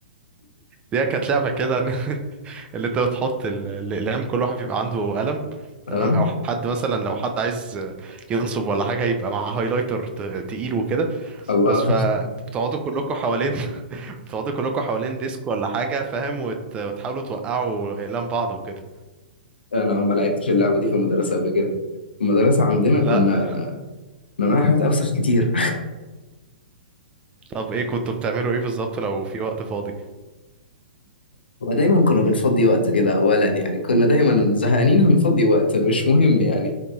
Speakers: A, on the right; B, on the left.
A: دي كانت لعبة كده <laughs> اللي انت بتحط ال- الاقلام كل واحد بيبقى عنده قلم
B: <laughs>
A: تمام
B: اه
A: او حد مثلا لو حد عايز ينصب ولا حاجه يبقى مع هايلايتر ت- تقيل وكده
B: الله
A: بس فبتقعدوا كلكم حوالين <laughs> بتقعدوا كلكم حوالين ديسك ولا حاجه فاهم وت... وتحاولوا توقعوا اقلام بعض وكده
B: انا ما لعبتش اللعبه دي في المدرسه قبل كده في المدرسه عندنا
A: لا
B: كنا
A: ده...
B: مناها حاجات افسخ كتير
A: طب ايه كنتوا بتعملوا ايه بالظبط لو في وقت فاضي
B: <laughs> ودايما كنا بنفضي وقت كده اولا يعني كنا دايما زهقانين هنفضي وقت مش مهم يعني